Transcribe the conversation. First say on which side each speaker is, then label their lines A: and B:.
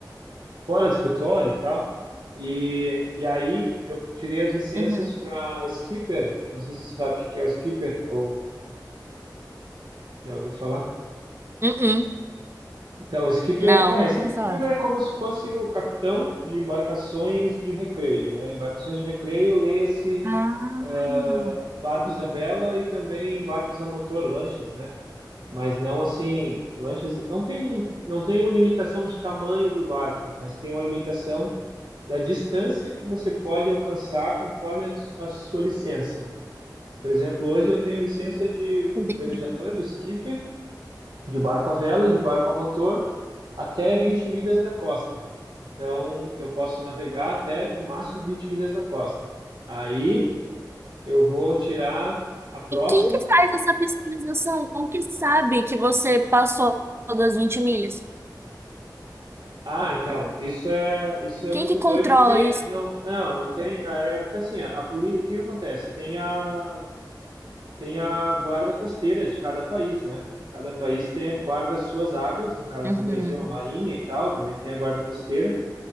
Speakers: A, on the right; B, on the right.
A: fora do escritório e tal. E, e aí eu tirei as licenças
B: Uhum.
A: para skipper, não sei se você sabe o que é o skipper, ou Já ouviu falar?
B: Uh-uh.
A: Então, skipper,
B: Não,
A: é,
B: nunca
A: skipper
B: ouvi falar.
A: é como se fosse o capitão de embarcações de recreio, né? Embarcações de recreio, leia-se
B: Ah,
A: ah, barcos à vela e também barcos a motor, lanchas, né? Mas não assim, lanchas não tem um, não tem uma limitação de tamanho do barco, mas tem uma limitação da distância que você pode alcançar conforme a, a sua licença. Por exemplo, hoje eu tenho licença de
B: entendi.
A: velejador, de skipper, de barco à vela e de barco a motor. até 20 milhas da costa. Então, eu posso navegar até no máximo 20 milhas da costa. Aí eu vou tirar a próxima.
B: e quem que faz essa pesquisização? Como que sabe que você passou das 20 milhas?
A: Ah, então, isso é isso é
B: Quem
A: muito
B: que controla
A: doido, porque
B: isso?
A: não, não, não tem, é é porque assim, a, a polícia, o que que acontece? Tem a tem a guarda costeira de cada país, né? Cada país tem guarda as suas águas, no caso
B: Uhum.
A: do Brasil, a Marinha e tal, também tem a guarda costeira.